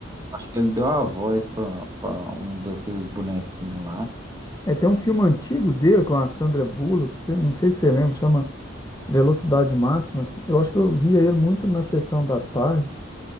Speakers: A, on the right; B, on the left.
A: acho que ele deu a voz para um daqueles bonequinhos lá.
B: É, tem um filme antigo dele com a Sandra Bullock, você- não sei se você lembra, chama Velocidade Máxima. Eu acho que eu via ele muito na sessão da tarde.